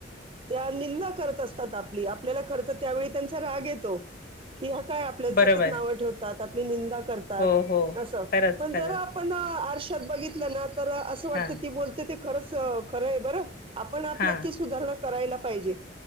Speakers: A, on the right (about 30°); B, on the left (about 55°).
A: त्या निंदा करत असतात. आपली आपल्याला खरं तर त्यावेळी त्यांचा राग येतो. कि हा काय आपल्याला
B: बरोबर
A: सतत नावं ठेवतात, आपली निंदा करतात
B: हो हो
A: असं.
B: खरंच
A: पण
B: खरंच
A: जरा आपण आरशात बघितलं ना, तर असं वाटतं
B: हा
A: ती बोलते ते. खरंच खरं आहे बरं, आपण आपल्यात
B: हा
A: ती सुधारणा करायला पाहिजे.